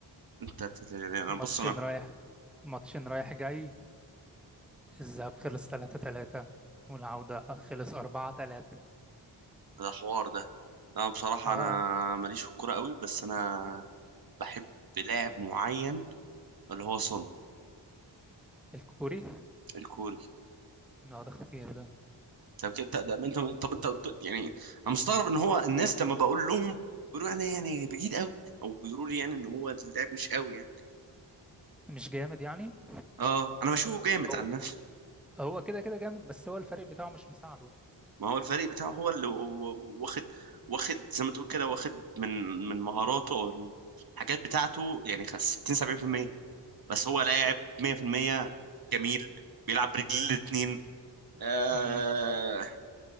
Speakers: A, on the right; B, in the centre.
A: انت تت- انا
B: ماتشين
A: بص انا
B: رايح ماتشين رايح جاي الذهاب خلص 3-3 والعودة خلص 4-3
A: ده حوار ده انا بصراحة
B: اه
A: انا ماليش في الكورة قوي بس انا بحب لاعب معين اللي هو سون
B: الكوري
A: الكوري
B: اه ده خطير ده
A: طب كده- طب طب انت طب انت قلت- يعني انا مستغرب ان هو الناس لما بقول لهم بيقولوا انا يعني بعيد قوي او بيقولوا لي يعني ان هو اللاعب مش قوي يعني
B: مش جامد يعني
A: اه انا بشوفه جامد
B: هو
A: عن نفسي
B: هو كده كده جامد بس هو الفريق بتاعه مش مساعده
A: ما هو الفريق بتاعه هو اللي واخد واخد زي ما تقول كده واخد من من مهاراته او الحاجات بتاعته يعني خ- 60 70% بس هو لاعب 100% جميل بيلعب برجلين الاثنين أه
B: مم.